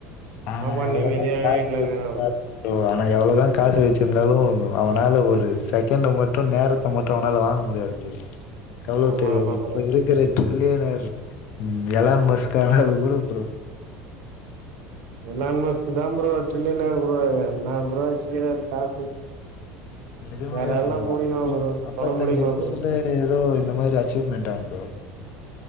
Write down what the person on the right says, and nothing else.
ஆமா
நிம்மதியா
வீட்ல இருக்கிறான்
ஆமா
ஆமா
ப்ரோ
எலான் மஸ்க்கு தா புரொ ட்ரில்லியனர் புரொ அங்க என்னா புரொ வச்சிக்கிறாரு காசு
யாராலலா
முடியுமா ப்ரோ
தொட முடியுமா
ப்ரோ